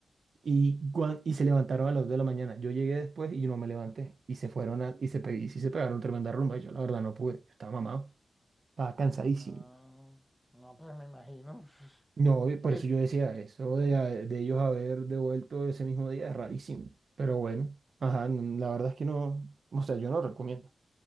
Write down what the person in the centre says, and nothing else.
Ah, no, pues me imagino. <laughs>
Oye,
ujú.